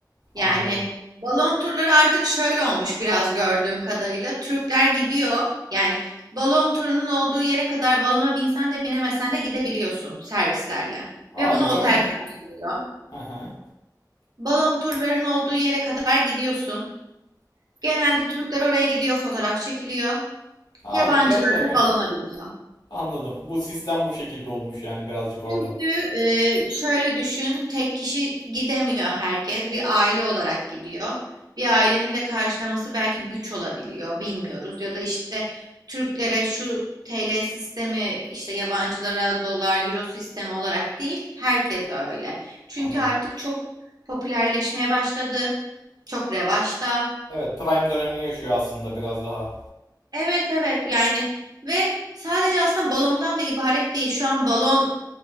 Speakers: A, on the right; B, on the left.
A: Yani
B: Anladım.
A: balon turları artık şöyle olmuş biraz gördüğüm kadarıyla. Türkler gidiyor. Yani balon turunun olduğu yere kadar balona binsen de binemesen de gidebiliyorsun servislerle.
B: Aa
A: Ve bunu
B: güzelmiş.
A: otel karşılıyor.
B: Hı hı.
A: Balon turlarının olduğu yere kadar gidiyorsun. Genelde Türkler oraya gidiyor, fotoğraf çekiliyor.
B: Aa
A: Yabancılar
B: güzel tabii.
A: da balona biniyor.
B: Anladım. Bu sistem bu şekilde olmuş yani birazcık orada.
A: Çünkü e, şöyle düşün, tek kişi gidemiyor herkes. Bir aile olarak gidiyor. Bir ailenin de karşılaması belki güç olabiliyor, bilmiyoruz. Ya da işte Türklere şu TL sistemi, işte yabancılara dolar, euro sistemi olarak değil, herkes öyle. Çünkü
B: Anladım.
A: artık çok popülerleşmeye başladı. Çok revaçta.
B: Evet, Prime dönemini yaşıyor aslında biraz daha.
A: Evet evet yani ve sadece aslında balondan da ibaret değil. Şu an balon